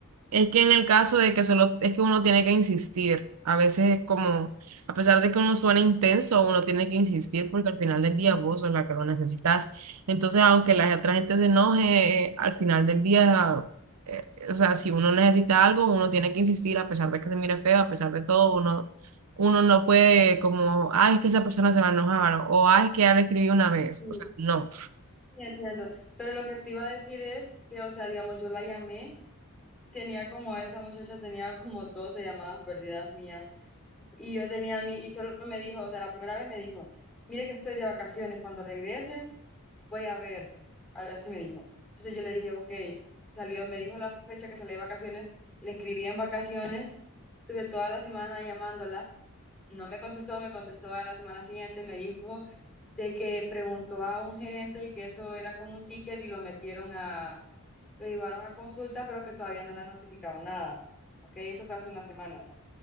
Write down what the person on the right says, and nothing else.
Es que en el caso de que solo es que uno tiene que insistir, a veces es como, a pesar de que uno suene intenso, uno tiene que insistir porque al final del día vos sos la que lo necesitas. Entonces, aunque la otra gente se enoje, eh, al final del día, eh, o sea, si uno necesita algo, uno tiene que insistir a pesar de que se mire feo, a pesar de todo, uno, uno no puede como, ay, es que esa persona se va a enojar o ay, es que ya le escribí una vez.
O sea, no.